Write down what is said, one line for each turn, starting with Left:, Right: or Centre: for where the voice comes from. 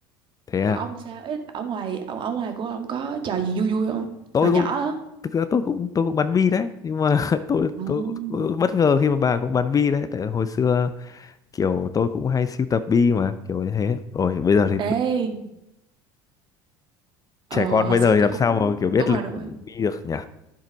Left: thế
Right: còn
Left: à
Right: ông sao ấy ở ngoài ông ở ngoài của ông có trò gì vui vui không
Left: tôi
Right: hồi nhỏ
Left: cũng
Right: á
Left: thực ra tôi cũng tôi cũng bắn bi đấy nhưng mà <laughs> tôi
Right: Không.
Left: tôi, cũng- tôi bất ngờ khi mà bà cũng bắn bi đấy tại hồi xưa kiểu tôi cũng hay sưu tập bi mà kiểu như thế rồi bây giờ thì
Right: ê Ờ,
Left: trẻ con
Right: hồi
Left: bây
Right: xưa
Left: giờ thì
Right: tôi
Left: làm
Right: cũng
Left: sao mà kiểu biết
Right: đúng
Left: lực
Right: rồi đúng
Left: kiểu
Right: rồi
Left: đi được nhỉ